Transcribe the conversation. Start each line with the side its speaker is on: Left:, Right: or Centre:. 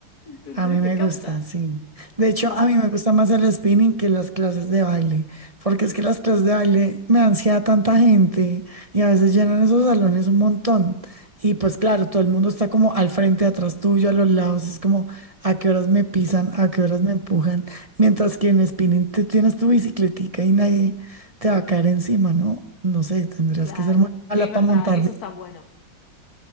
Left: ¿Entendés?
Right: A mí me
Left: Me encanta.
Right: gusta, sí. De hecho,
Left: ¿Vas?
Right: a mí me gusta más el spinning que las clases de baile, porque es que las clases de baile me dan ansiedad tanta gente y a veces llenan esos salones un montón. Y pues claro, todo el mundo está como al frente, atrás tuyo, a los lados, es como a qué horas me pisan, a qué horas me empujan, mientras que en spinning tú tienes tu bicicletica y nadie te va a caer encima, ¿no? No sé, tendrías
Left: Claro,
Right: que ser muy mala
Left: es
Right: para
Left: verdad,
Right: montar
Left: eso
Right: bicicleta.
Left: está bueno.